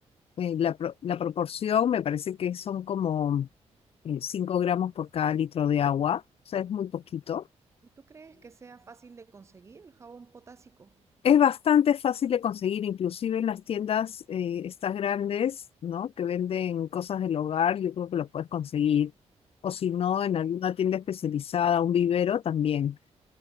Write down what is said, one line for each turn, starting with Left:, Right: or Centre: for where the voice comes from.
Left: Eh, la, pro- la proporción me parece que son como eh, 5 gramos por cada litro de agua, o sea, es muy poquito.
Right: ¿Y tú crees que sea fácil de conseguir el jabón potásico?
Left: Es bastante fácil de conseguir, inclusive en las tiendas eh, estas grandes, ¿no? Que venden cosas del hogar, yo creo que los puedes conseguir. O si no,
Right: Ok.
Left: en alguna tienda especializada, un vivero también.